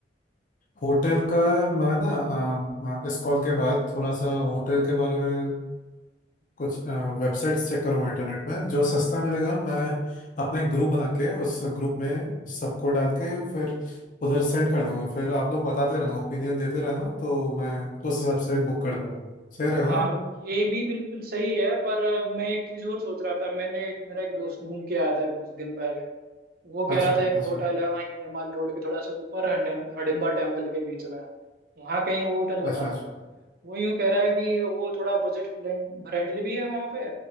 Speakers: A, on the left; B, on the right.
A: होटल का मैं ना अ, अ, इस कॉल के बाद थोड़ा सा होटल के बारे में कुछ वेबसाइट्स चेक करूँगा इंटरनेट में जो सस्ता मिलेगा मैं अपने ग्रुप बना के उस ग्रुप में सबको डाल के फिर उधर सेंड कर दूंगा फिर आप लोग बताते रहना ओपिनियन देते रहना तो मैं उस हिसाब से बुक कर दूंगा सही रहेगा
B: हाँ
A: ना
B: ये भी बिल्कुल सही है पर मैं एक चीज और सोच रहा था मैंने एक मेरा एक दोस्त घूम के आया था अभी कुछ दिन पहले वो कह
A: अच्छा
B: रहा था एक
A: अच्छा
B: होटल है वहीं पे माल रोड के थोड़ा सा ऊपर हडम- हडिम्बा टेम्पल के बीच में वहाँ कहीं वो होटल
A: अच्छा
B: बता रहा
A: अच्छा
B: है वो यूं कह रहा है कि वो थोड़ा बजट फ्रेंडली भी है वहाँ पे